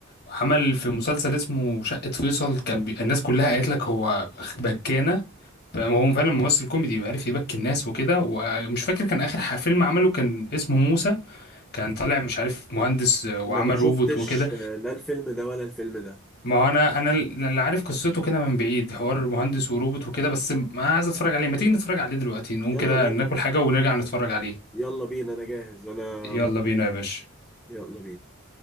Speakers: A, on the left; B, in the centre.
A: عمل في مسلسل اسمه شقه فيصل كان بي... الناس كلها قالت لك هو بكانه هو فعلا ممثل كوميدي وعارف يبكي الناس وكده ومش فاكر كان اخر ح- فيلم عمله كان اسمه موسى كان طالع مش عارف مهندس وعمل
B: انا ما شفتش
A: روبوت وكده
B: آه لا الفيلم ده ولا الفيلم ده
A: ما هو انا انا اللي عارف قصته كده من بعيد حوار المهندس وروبوت وكده بس ما عايز اتفرج عليه ما تيجي نتفرج عليه دلوقتي نقوم
B: يلا
A: كده
B: بينا
A: ناكل حاجة ونرجع نتفرج عليه
B: يلا بينا انا جاهز انا
A: يلا
B: متحمس
A: بينا يا باشا
B: يلا بينا